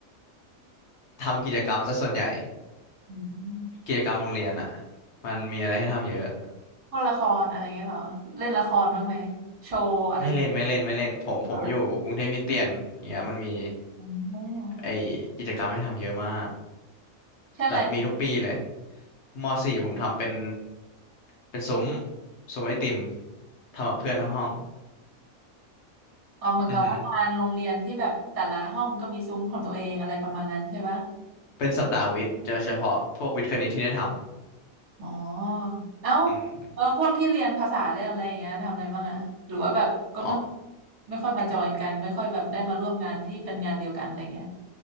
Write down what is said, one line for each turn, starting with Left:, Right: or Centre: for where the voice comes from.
Left: ทำกิจกรรมซะส่วนใหญ่
Right: อืม
Left: กิจกรรมโรงเรียนอ่ะมันมีอะไรให้ทำเยอะ
Right: พวกละครอะไรเงี้ยเหรอเล่นละครบ้างไหมโชว์อะไรอย่างเงี้ย
Left: ไม่เล่นไม่เล่นไม่เล่นผมผมอยู่กรุงเทพคริสเตียนเนี่ยมันมี
Right: เหรออ๋อ
Left: ไอกิจกรรมให้ทำเยอะมาก
Right: เช่นอะไร
Left: แบบมีทุกปีเลยมสี่ผมทำเป็นเป็นซุ้มซุ้มไอติมทำกับเพื่อนทั้งห้อง
Right: อ๋อเหมือนกับว่างานโรงเรียนที่แบบแต่ละห้องก็มีซุ้มของตัวเองอะไรประมาณนั้นใช่ปะ
Left: อือฮึเป็นสัปดาห์วิทย์จะเฉพาะพวกวิทย์คณิตที่ได้ท
Right: อ๋อ
Left: ำอืม
Right: เอ้าแล้วพวกที่เรียนภาษาเรียนอะไรอย่างเงี้ยทำอะไรบ้างอะหรือว่าแบบก็ไม่
Left: อ๋อ
Right: ไม่ค่อยมาจอยกันไม่ค่อยแบบได้มาร่วมงานที่เป็นงานเดียวกันอะไรเงี้ย